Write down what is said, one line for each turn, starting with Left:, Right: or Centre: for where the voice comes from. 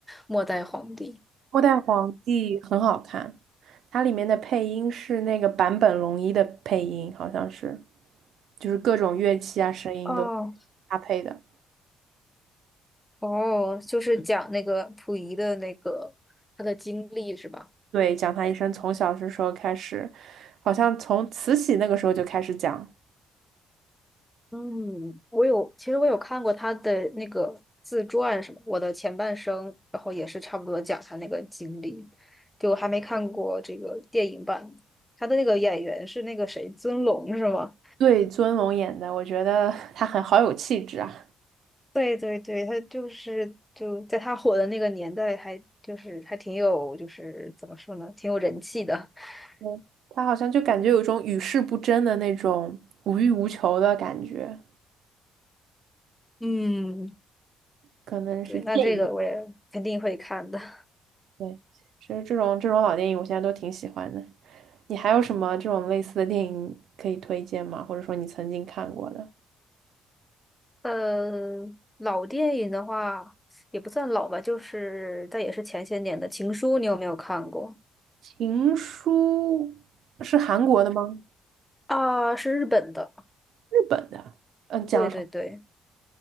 Centre: 《末代皇帝》。
Right: 《末代皇帝》很好看，它里面的配音是那个坂本龙一的配音，好像是，就是各种乐器啊声音都
Centre: <laughs> 哦
Right: 搭配的。
Centre: 哦，就是讲那个溥仪的那个他的经历是吧？
Right: 对，讲他一生从小是时候开始，好像从慈禧那个时候就开始讲。
Centre: 嗯，我有，其实我有看过他的那个自传什么《我的前半生》，然后也是差不多讲他那个经历，就还没看过这个电影版。他的那个演员是那个谁，尊龙是吗？
Right: 对，尊龙演的，我觉得 <laughs> 他很好有气质啊。
Centre: 对对对，他就是就在他火的那个年代还就是还挺有就是怎么说呢，挺有人气的。<laughs>
Right: 嗯他好像就感觉有一种与世不争的那种无欲无求的感觉，
Centre: 嗯，
Right: 可能是电影。
Centre: 对，那这个我也肯定会看的。<laughs>
Right: 对，其实这种这种老电影我现在都挺喜欢的。你还有什么这种类似的电影可以推荐吗？或者说你曾经看过的
Centre: 嗯，老电影的话也不算老吧，就是但也是前些年的《情书》，你有没有看过？
Right: 《情书》是韩国的吗？
Centre: 啊，是日本的。
Right: 日本的？嗯，讲什么？
Centre: 对对对。